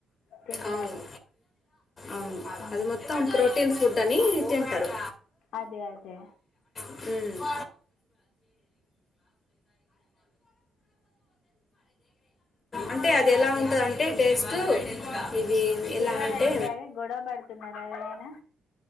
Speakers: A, on the left; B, on the left.
A: తింటారు
B: అవును అవును
A: ఉమ్
B: అది మొత్తం ప్రోటీన్ ఫుడ్ అని తింటారు.
A: అదే అదే
B: మ్ అంటే అది ఎలా ఉంటాదంటే టేస్ట్ ఇది ఏలా
A: ఎవరండి
B: అంటే
A: అదే గొడవ పడుతున్నారా ఎవరైనా